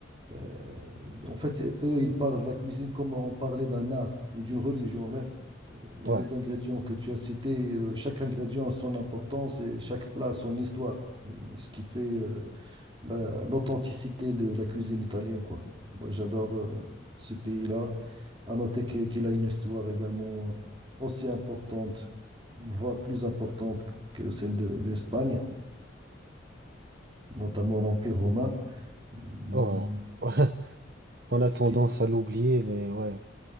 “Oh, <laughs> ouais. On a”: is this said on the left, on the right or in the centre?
Right